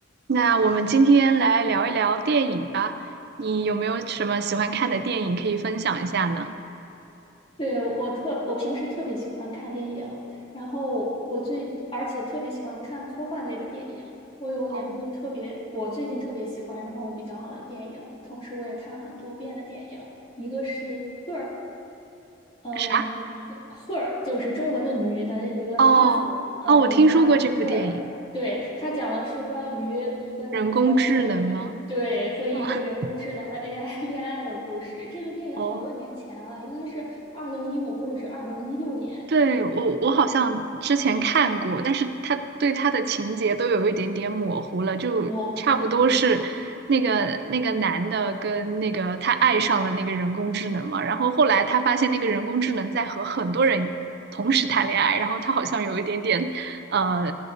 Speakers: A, on the right; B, on the left.
A: 那我们今天来聊一聊电影吧。你有没有什么喜欢看的电影可以分享一下呢？
B: 对，我特，我平时特别喜欢看电影，然后我最，而且特别喜欢看科幻类的电影。我有两部特别，
A: 哦，
B: 我最近特别喜欢，然后比较好的电影，同时我也看了很多遍的电影，一个是《Her》，嗯，her
A: 啥？
B: 就是中文的女的一个她字，
A: 哦哦，
B: 嗯，
A: 我听说过这部电影，
B: 女她 her，对，它讲的是关于一个男人和一个对和一个人工智能的
A: 人工智能吗？<laughs> 啊，
B: AI <laughs> 恋爱的故事。这个电影好多年前了，
A: 哦。
B: 应该是二零一五或者是二零一六年，
A: 对，我我好像之前看过，但是他对他的情节都有一点点模糊了，就差不多是那个那个男的跟那个他爱上了那个人工智能嘛，
B: 模糊，嗯。
A: 然后后来他发现那个人工智能在和很多人同时谈恋爱，然后他好像有一点点呃，